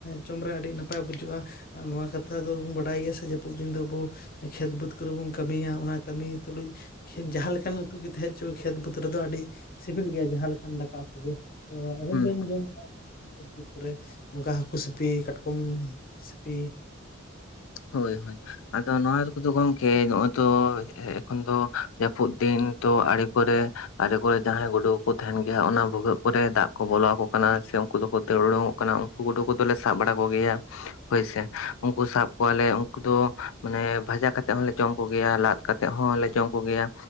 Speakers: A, on the left; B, on the left.
A: ᱡᱚᱢ ᱨᱮ ᱟᱹᱰᱤ ᱱᱟᱯᱟᱭ ᱵᱩᱡᱷᱩᱜ-ᱟ ᱾ ᱟᱨ ᱱᱚᱣᱟ ᱠᱟᱛᱷᱟ ᱫᱚᱵᱚᱱ ᱵᱟᱰᱟᱭ ᱜᱮᱭᱟ ᱥᱮ ᱡᱟᱹᱯᱩᱫ ᱫᱤᱱ ᱫᱚ ᱟᱵᱩ ᱠᱷᱮᱛ ᱵᱟᱹᱫᱽ ᱠᱚᱨᱮ ᱵᱚᱱ ᱠᱟᱹᱢᱤᱭᱟ ᱾ ᱚᱱᱟ ᱠᱟᱹᱢᱤ ᱛᱩᱞᱩᱡ ᱡᱟᱦᱟᱸ ᱞᱮᱠᱟᱱ ᱩᱛᱩ ᱜᱤ ᱛᱟᱦᱮᱸ ᱦᱚᱪᱚᱡ᱾ ᱠᱷᱮᱛ ᱵᱟᱹᱫᱽ ᱨᱮᱫᱚ ᱟᱹᱰᱤ ᱥᱤᱵᱮᱞ ᱜᱮᱭᱟ ᱡᱟᱦᱟᱸ ᱞᱮᱠᱟᱱ ᱫᱟᱠᱟ ᱩᱛᱩ ᱜᱮ᱾ ᱛᱚ ᱟᱵᱮᱱ
B: ᱦᱩᱸ
A: ᱵᱮᱱ ᱡᱚᱢ ᱵᱟᱲᱟ ᱠᱟᱜ ᱠᱷᱮᱛ ᱵᱟᱹᱫᱽ ᱠᱚᱨᱮ, ᱚᱱᱠᱟ ᱦᱟᱹᱠᱩ ᱥᱤᱯᱤ ᱠᱟᱴᱠᱚᱢ ᱥᱤᱯᱤ᱾
B: ᱦᱳᱭ ᱦᱳᱭ ᱟᱫᱚ ᱱᱚᱣᱟ ᱠᱚᱫᱚ ᱜᱚᱝᱠᱮ ᱱᱚᱜᱼᱚᱭ ᱛᱚ ᱮ ᱮᱠᱷᱚᱱ ᱫᱚ ᱡᱟᱹᱯᱩᱫ ᱫᱤᱱ ᱛᱚ ᱟᱲᱮ ᱠᱚᱨᱮ ᱟᱨᱮ ᱠᱚᱨᱮ ᱡᱟᱦᱟᱸᱭ ᱜᱳᱰᱳ ᱠᱚᱠᱚ ᱛᱟᱸᱦᱮᱱ ᱜᱮᱭᱟ᱾ ᱚᱱᱟ ᱵᱷᱩᱜᱟᱹᱜ ᱠᱚᱨᱮ ᱫᱟᱜ ᱠᱚ ᱵᱚᱞᱚ ᱟᱠᱚ ᱠᱟᱱᱟ ᱥᱮ ᱩᱱᱠᱩ ᱫᱚᱠᱚ ᱫᱟᱹᱲ ᱩᱬᱳᱝ ᱠᱟᱱᱟ ᱩᱱᱠᱩ ᱜᱩᱰᱳ ᱠᱚᱫᱚᱞᱮ ᱥᱟᱵ ᱵᱟᱲᱟ ᱠᱚ ᱜᱮᱭᱟ ᱾ᱦᱳᱭ ᱥᱮ ᱩᱝᱠᱩ ᱥᱟᱵ ᱠᱚᱣᱟᱞᱮ ᱩᱱᱠᱩ ᱫᱚ, ᱢᱟᱱᱮ ᱵᱷᱟᱡᱟ ᱠᱟᱛᱮᱜ ᱦᱚᱸᱞᱮ ᱡᱚᱢ ᱠᱚᱜᱮᱭᱟ, ᱞᱟᱫ ᱠᱟᱛᱮᱷ ᱦᱚᱸᱞᱮ ᱡᱚᱢ ᱠᱚᱜᱮᱭᱟ᱾